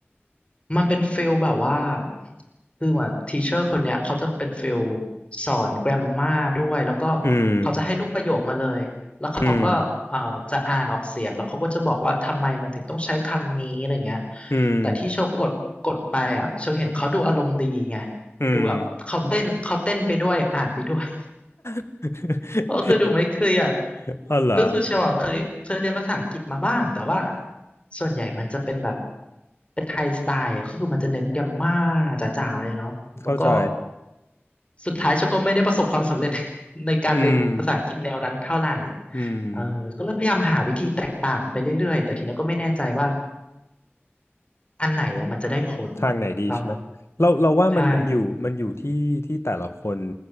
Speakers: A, on the left; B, on the left.
A: มันเป็นฟิลแบบว่าคือว่าทีเชอร์คนเนี้ยเขาจะเป็นฟิลสอนแกรมมาด้วยแล้วก็
B: อืม
A: เขาจะให้รูปประโยคมาเลยแล้วเขาก็เอ่อจะอ่านออกเสียงแล้วเขาก็จะบอกว่าทำไมมันถึงต้องใช้คำนี้อะไรเงี้ย
B: อืมอืม
A: แต่ที่โชว์กดกดไปอ่ะโชว์เห็นเขาดูอารมณ์ดีไง
B: อืม
A: ดูแบบเขาเต้นเขาเต้นไปด้วยอ่านไปด้วย
B: <laughs>
A: เพราะคือดูไม่เครียด
B: อ๋อเหรอ
A: ก็คือเชลเอะเคยเคยเรียนภาษาอังกฤษมาบ้างแต่ว่าส่วนใหญ่มันจะเป็นแบบเป็นไทยสไตล์ก็คือมันจะเน้นแกรมม่าจ๋าๆเลยเนาะแล้วก็
B: เข้าใจ
A: สุดท้ายเชลก็ไม่ได้ประสบความสำเร็จ <laughs> ในการเรียนภาษาอังกฤษแนวนั้นเท่าไหร่
B: อืมอืม
A: เออก็เลยพยายามหาวิธีแตกต่างไปเรื่อยๆแต่ทีนี้ก็ไม่แน่ใจว่าอันไหนอะมันจะได้ผล
B: ทางไหนดีใช่ไหมเราเราว่ามันมันอยู่มันอยู่ที่ที่แต่ละคน
A: เออใช่